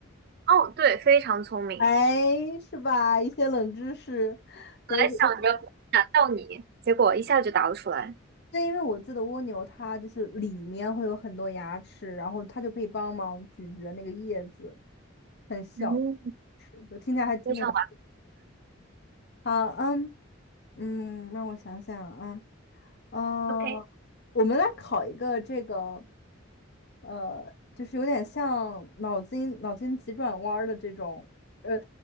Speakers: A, on the right; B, on the left.
A: 哦，对，非常聪明。
B: 哎，是吧？一些冷知识，对，
A: 本来想着难到你，
B: 我我
A: 结果一下就答不出来。
B: 对，因为我记得蜗牛它就是里面会有很多牙齿，然后它就可以帮忙咀嚼那个叶子，很小的牙齿，
A: 嗯，
B: 就听起来还挺恐怖。
A: 非常完
B: 好，嗯嗯，让我想想啊，哦，
A: 美 OK，
B: 我们来考一个这个，呃，就是有点像脑筋脑筋急转弯儿的这种，呃，